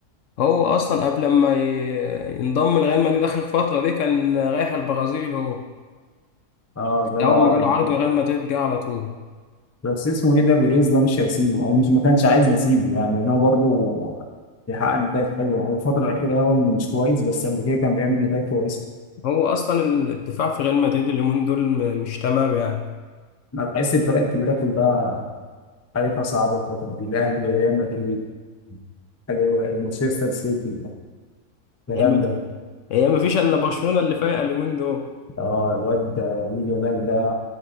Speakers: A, on the left (about 65°); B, on the left (about 25°).
A: هو اصلا قبل ما ي- ينضم لريال مدريد اخر فتره دي كان رايح البرازيل هو
B: اه جاله
A: اول ما
B: عرض
A: جاله
B: جديد.
A: عقد من ريال مدريد جه على طول
B: بس اسمه ايه ده بيريز ده مش هيسيبه او مش ما كانش عايز يسيبه يعني لان هو برضه بيحقق نتائج حلوه هو الفتره الاخيره هو اللي مش كويس بس قبل كده كان بيعمل نتائج كويسه
A: هو اصلا الدفاع في ريال مدريد اليومين دول م- مش تمام يعني
B: انا بحس الفرق الكبيره كلها حالتها صعبه الفتره دي الاهلي ريال مدريد ال- مانشستر سيتي الكلام
A: هي ما
B: ده
A: هي ما فيش الا برشلونه اللي فايقه اليومين دول
B: اه الواد لامين يامال ده